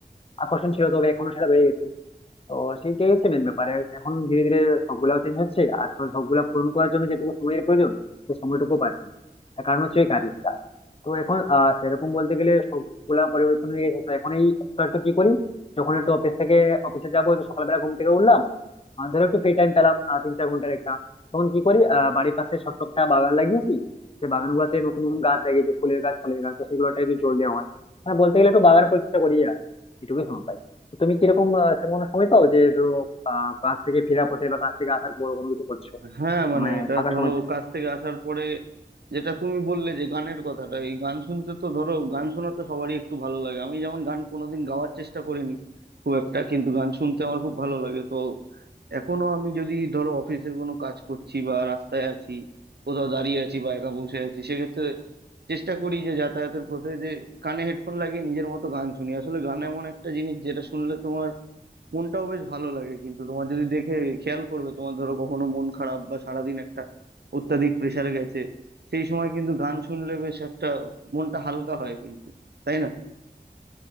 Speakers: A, on the left (about 35°); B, on the right (about 80°).
A: আকর্ষণ ছিল তবে এখনো সেটা রয়ে গেছে তো সেইটাই হচ্ছে মেন ব্যাপার আর এখন ধীরে ধীরে সবগুলাও চেঞ্জ হচ্ছে আর তো সবগুলা পূরণ করার জন্য যেটুকু সময়ের প্রয়োজন সেই সময়টুকু পাচ্ছি না তার কারণ হচ্ছে ওই কাজের চাপ। তো এখন আহ সেরকম বলতে গেলে সবগুলা পরিবর্তন হয়ে গেছে তো এখন এই একটু একটু কি করি যখন একটু অফিস থেকে অফিসে যাবো তো সকালবেলা ঘুম থেকে উঠলাম আহ, ধরো একটু ফ্রি টাইম পেলাম আহ, তিন চার ঘন্টার একটা তখন কি করি আহ বাড়ির পাশে ছোট্ট একটা বাগান লাগিয়েছি সে বাগান গুলাতে নতুন নতুন গাছ লাগিয়েছি ফুলের গাছ ফলের গাছ তো সেগুলোটা যদি জল দেওয়া হয় মানে বলতে গেলে একটু বাগান পরিচর্যা করি আর এটুকুই সময় পাই তো তুমি কিরকম আহ, সেরকম কোনো সময় পাও যে ধরো আহ কাজ থেকে ফেরার পথে বা কাজ থেকে আসার পর কোনো কিছু করছো
B: হ্যাঁ মানে
A: মানে
B: এটা
A: ফাঁকা
B: ধরো
A: সময়
B: কাজ থেকে আসার পরে যেটা তুমি বললে যে গানের কথাটা এই গান শুনতে তো ধরো গান শোনা তো সবারই একটু ভালো লাগে আমি যেমন গান কোনোদিন গাওয়ার চেষ্টা করিনি খুব একটা কিন্তু গান শুনতে আমার খুব ভালো লাগে তো এখনো আমি যদি ধরো অফিসের কোনো কাজ করছি বা রাস্তায় আছি কোথাও দাঁড়িয়ে আছি বা একা বসে আছি সেক্ষেত্রে চেষ্টা করি যে যাতায়াতের পথে যে কানে হেডফোন লাগিয়ে নিজের মতো গান শুনি আসলে গান এমন একটা জিনিস যেটা শুনলে তোমার মনটাও বেশ ভালো লাগে কিন্তু তোমার যদি দেখে খেয়াল করবে তোমার ধরো কখনো মন খারাপ বা সারাদিন একটা অত্যাধিক প্রেসার গেছে সেই সময় কিন্তু গান শুনলে বেশ একটা মনটা হালকা হয় কিন্তু তাই না